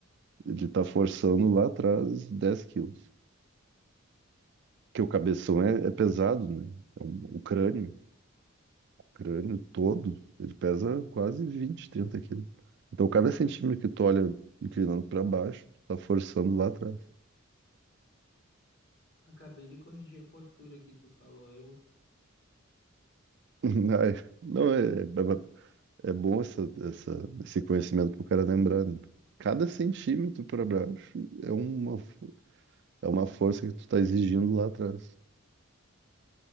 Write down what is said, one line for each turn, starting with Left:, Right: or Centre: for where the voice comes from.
Right: ele tá forçando lá atrás 10 quilos. Porque o cabeção é, é pesado, né? É um- o crânio. crânio todo, ele pesa quase 20 30 quilos. Então, cada centímetro que tu olha inclinando para baixo, tu tá forçando lá atrás.
Left: acabei de corrigir a postura que tu falou. Eu,
Right: <laughs> Ai, não, é, é, é bom essa, essa, esse conhecimento pro cara lembrar, né? Cada centímetro para baixo é uma, fo- é uma força que tu tá exigindo lá atrás.